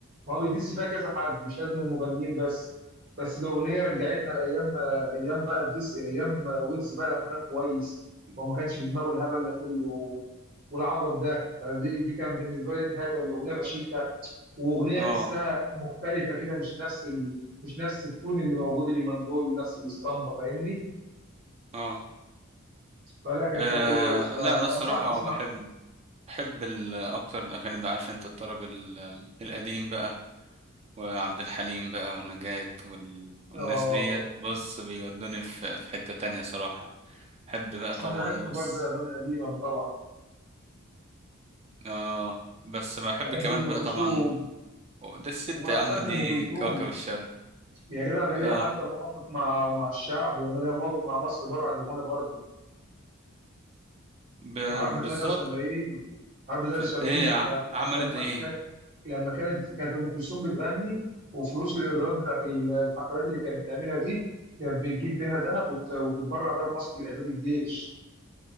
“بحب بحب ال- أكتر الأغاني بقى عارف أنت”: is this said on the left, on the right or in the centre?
Right